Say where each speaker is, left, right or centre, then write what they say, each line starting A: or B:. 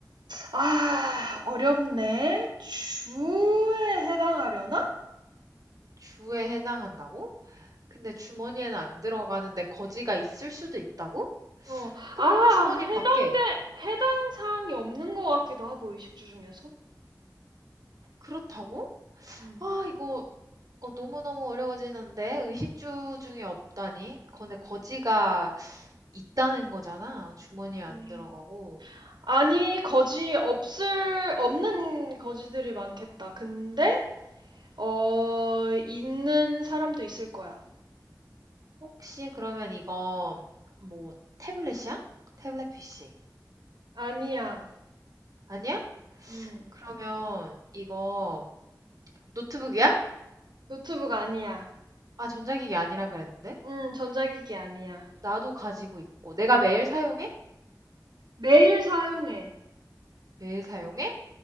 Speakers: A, on the right; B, on the right.
A: 아, 어렵네. 주에 해당하려나?
B: 주에 해당한다고? 근데 주머니에는 안 들어가는데 거지가 있을 수도 있다고?
A: 어,
B: 그럼
A: 아,
B: 주머니
A: 해당돼,
B: 밖에.
A: 해당 사항이 없는 것 같기도 하고, 의식주 중에서.
B: 그렇다고?
A: 음.
B: 아, 이거 어, 너무너무 어려워지는데 의식주 중에 없다니? 근데 거지가 있다는 거잖아. 주머니에 안
A: 음.
B: 들어가고.
A: 아니, 거지, 없을, 없는 거지들이 많겠다. 근데, 어, 있는 사람도 있을 거야.
B: 혹시 그러면 이거 뭐 태블릿이야? 태블릿 PC.
A: 아니야.
B: 아니야?
A: 음,
B: 그러면 이거 노트북이야?
A: 노트북 아니야.
B: 아, 전자기기 아니라 그랬는데?
A: 음, 전자기기 아니야.
B: 나도 가지고 있고. 내가 매일 사용해?
A: 매일 사용해.
B: 매일 사용해?